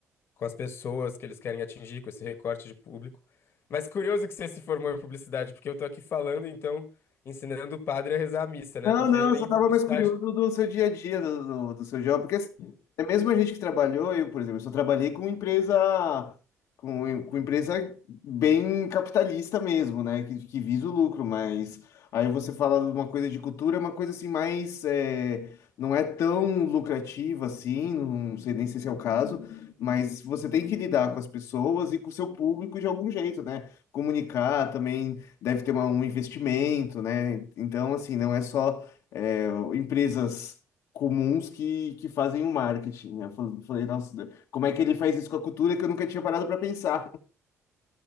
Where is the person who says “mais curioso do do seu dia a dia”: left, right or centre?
Left